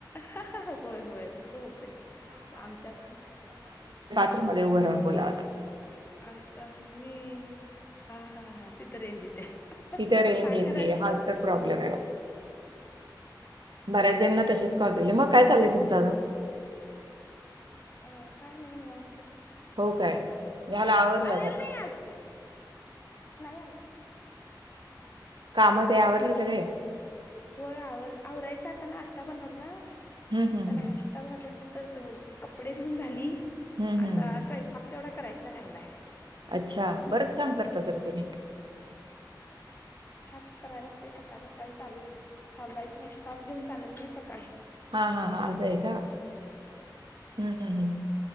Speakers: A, on the left; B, on the right.
A: ह ह होय होय तसं होतंय आमच्यात
B: मध्ये उभ राहून बोला
A: आता मी हा हा हा तिथं रेंज येतीये
B: तिथं रेंज
A: काय
B: येते.
A: करायच
B: हाच तर प्रॉब्लेम आहे माझा. बऱ्याच देणना तशच कॉल केले मग काय चाललंय तुम दादा
A: अ काय नाही निवांत
B: हो काय झाला आवरवरलं
A: आलेलं
B: का
A: नाही आज नाही अल
B: कामात आवरले सगळे
A: होय आवर आवरायचा आता नाश्ता बनवला आता
B: हं, हं, हं.
A: नाश्ता झाल्यानंतर तर कपडे धुऊन झाली
B: हं,
A: आता
B: हं, हं.
A: असो एक पा तेवढा करायच राहिलाय
B: अच्छा बरंच काम करता तरी तुम्ही
A: फास्ट करायला लागते सकाळ सकाळी चालूच थांबायच नाही स्टॉप देऊन चाल आणि सकाळी
B: हा हा हा आजय का हम्म हम् हम्म्